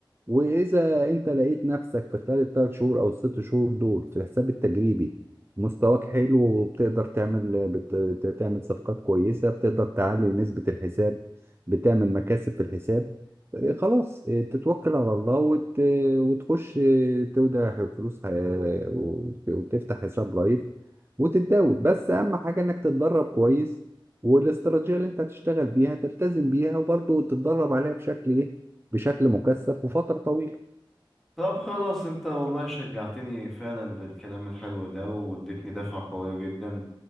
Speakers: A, on the right (about 25°); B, in the centre.
A: واذا انت لقيت نفسك في خلال الثلاث شهور او الست شهور دول في الحساب التجريبي مستواك حلو وبتقدر تعمل بت... تعمل صفقات كويسة بتقدر تعلي نسبة الحساب بتعمل مكاسب في الحساب آه، خلاص آه، تتوكل على الله وت... وتخش آه، تودع فلوس آه، وت- وتفتح حساب لايف وتتداول بس اهم حاجة انك تتدرب كويس والاستراتيجية اللي انت هتشتغل بيها تلتزم بيها وبرضه تتدرب عليها بشكل ايه بشكل مكثف وفترة طويلة
B: طب خلاص انت والله شجعتني فعلا بالكلام الحلو ده واديتني دفعة قوية جدا